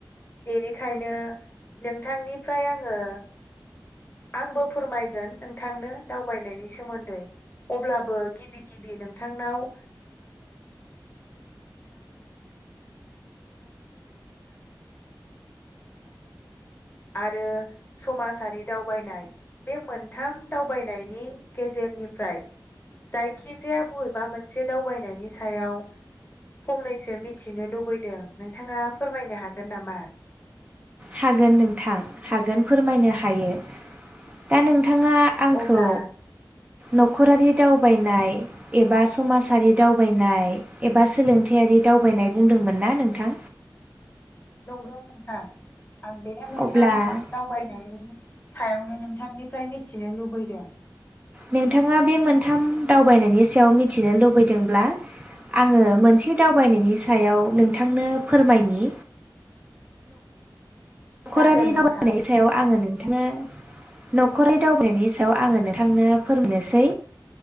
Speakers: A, on the left; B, on the right.
A: बेनिखायनो नोंथांनिफ्राय आङो आंबो फोरमायगोन नोंथांनो दावबायनायनि सोमोन्दै अब्लाबो गिबि गिबि नोंथांनाव आङो दावबायनाय बे मोनथाम दावबायनायनि गेजेरनिफ्राय जायखिजाया बबेबा मोनसे दावबायनायनि सायाव फंनैसो मिथिनो लुबैदों नोंथाङा फोरमायनो हागोन नामा?
B: हागोन नोंथां हागोन फोरमायनो हायो दा नों नोंथाङा आंखौ
A: अब्ला
B: नखरारि दावबायनाय एबा समाजारि दावबायनाय एबा सोलोंथाइयारि दावबायनाय बुंदोंमोन ना नोंथां?
A: नंगौ नोंथां आं बे मोनथाम
B: अब्ला
A: दावबायनायनि सायावनो नोंथांनिफ्राय मिथिनो लुबैदों
B: नोंथाङा बे मोनथाम दावबायनायनि सायाव मिथिनो लुबैदोंब्ला आङो मोनसे दावबायनायनि सायाव नोंथांनो फोरमायनि नखरारि
A: जागोन नोंथां
B: दावबायनायनि सायाव आङो नोंथांनो न'खरारि दावबायनायनि सायाव आङो नोंथांनो फोरोंनोसै